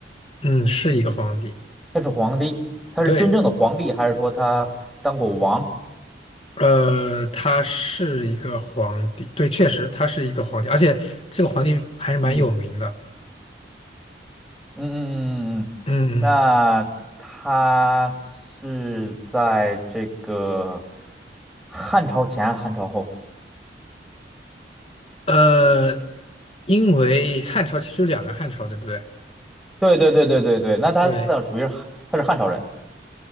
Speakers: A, on the left (about 35°); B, in the centre.
A: 嗯，是一个皇帝。
B: 他是皇帝，他是真正的皇帝，
A: 对。
B: 还是说他当过王？
A: 呃，他是一个皇帝，对，确实他是一个皇帝，而且这个皇帝还是蛮有名的。
B: 嗯嗯嗯嗯嗯，嗯那他是在这个
A: 嗯
B: 汉朝前，汉朝后？
A: 嗯，呃，因为汉朝其实有两个汉朝，对不对？
B: 对对对对对对，那他属于是汉他是汉朝人，
A: 对，